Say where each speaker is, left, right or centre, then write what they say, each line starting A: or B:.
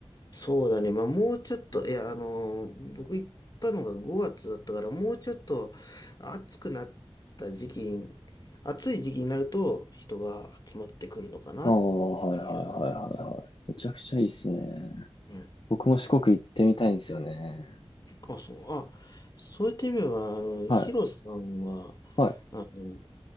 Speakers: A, on the left; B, on the left.
A: そうだね。まあ、もうちょっと、いや、あのー僕行ったのが5月だったから、もうちょっと暑くなった時期に、暑い時期になると人が集まってくるのかなっていう感じだったね。
B: ああ、はいはいはいはいはい。めちゃくちゃいいっすね。
A: うん。
B: 僕も四国行ってみたいんですよね。
A: あ、そう、あ、そういった意味では、あの、
B: はい。
A: ヒロさんは、
B: はい。
A: あの、